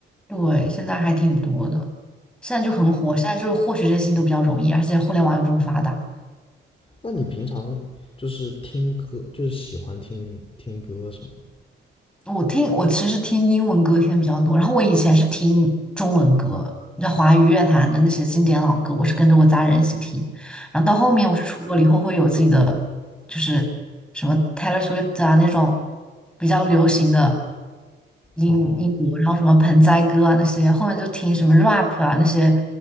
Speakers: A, in the centre; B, on the left.
A: 对，现在还挺多的，现在就很火，现在就是获取这些信息都比较容易，而且互联网又这么发达。
B: 那你平常就是听歌，就是喜欢听听歌什么的？
A: 我听，我其实听英文歌听的比较多，然后我以前是听中文歌，那华语乐坛的那些经典老歌，我是跟着我家人一起听，然后到后面我是出国了以后会有自己的，就是什么 Taylor Swift 啊那种比较流行的英英国，
B: 哦
A: 然后什么盆栽歌啊那些，后面就听什么 rap 啊那些